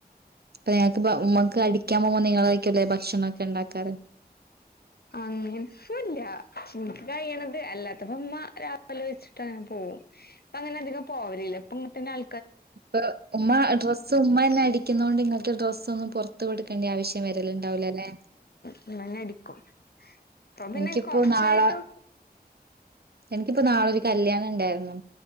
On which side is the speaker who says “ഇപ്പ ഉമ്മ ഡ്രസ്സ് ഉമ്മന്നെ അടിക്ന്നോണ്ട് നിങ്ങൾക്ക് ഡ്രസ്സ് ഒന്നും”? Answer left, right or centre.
Right